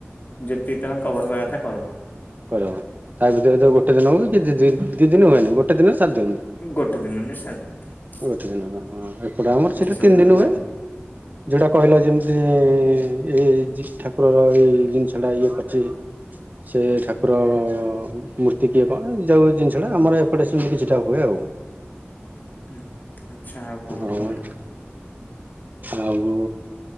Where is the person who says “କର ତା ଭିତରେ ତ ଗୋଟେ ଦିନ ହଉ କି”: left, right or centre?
Right